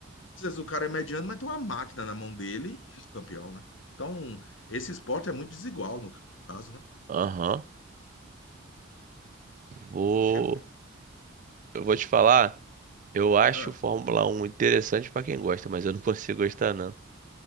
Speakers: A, on the left; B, on the right.
A: Às vezes o cara é mediano, mas tem uma máquina na mão dele e é campeão, né? Então, esse esporte é muito desigual no caso, né?
B: aham. Vou.
A: É, é,
B: Eu vou te falar. Eu acho
A: ah,
B: o Fórmula um interessante pra quem gosta, mas eu não <laughs> consigo gostar, não.